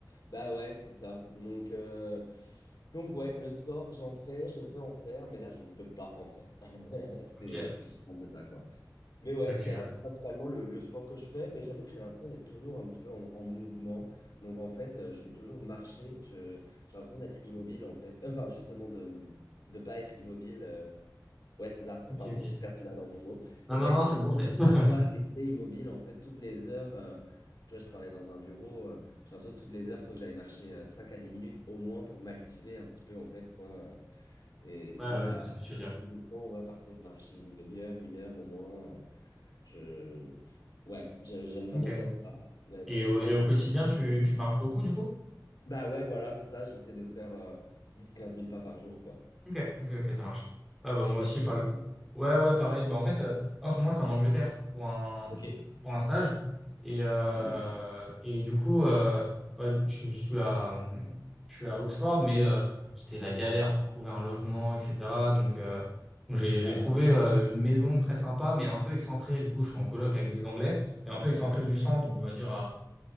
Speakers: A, on the left (about 60°); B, in the centre.
A: bah ouais, c'est ça. Donc, euh, donc ouais, le sport, j'en fais, je veux en faire, mais là, je ne peux pas en faire. <laughs>
B: Ok,
A: C'est c'est un peu ça, quoi. Mais ouais,
B: ok,
A: c'est un- principalement le, le sport que je fais, mais j'avoue que j'ai l'impression d'être toujours un petit peu en, en mouvement. Donc en fait, euh, je vais toujours marcher. Je, j'ai l'impression d'être immobile, en fait. Enfin, justement, de ne pas être immobile. euh, Ouais, c'est ça. Pardon,
B: ok, ok.
A: je t'ai perdu là dans mon mot.
B: Non,
A: De pas
B: non, non,
A: être
B: c'est
A: immobile,
B: bon, c'est.
A: de
B: <laughs>
A: pas pouvoir rester immobile, en fait, toutes les heures. euh, Tu vois, je travaille dans un bureau. euh, j'ai l'impression que toutes les heures, faut que j'aille marcher euh, 5 à dix minutes au moins pour m'activer un petit peu en fait quoi. euh. Et sinon,
B: Ouais, ouais,
A: bah
B: je vois ce que tu veux dire.
A: j'ai plus de temps, ouais, partir marcher une demi-heure, une heure au moins. euh, je ouais, j'ai- j'aime vraiment
B: Ok.
A: bien ça, être,
B: Et
A: être
B: au, et
A: en
B: au quotidien,
A: mouvement.
B: tu, tu marches beaucoup du coup?
A: Bah ouais, voilà, c'est ça, j'essaie de faire euh, 10-15 000 pas par jour, quoi.
B: Ok, ok, ok, ça marche. Ouais, bah,
A: Je
B: moi
A: sais pas
B: aussi,
A: si
B: enfin,
A: c'est
B: le-
A: pour...
B: ouais, ouais, pareil. Bah, en fait, euh, en ce moment, je suis en Angleterre pour un,
A: Ok,
B: pour un stage. Et, euh,
A: cool.
B: et du coup, euh, ouais, je, je suis à, je suis à Oxford, mais euh, c'était la galère pour trouver un logement, etc. Donc, euh, donc j'ai, j'ai
A: Ouais,
B: trouvé euh, une maison très sympa, mais un peu excentrée. Du coup, je suis en coloc avec des Anglais, et un peu excentrée
A: ok,
B: du centre, donc on va dire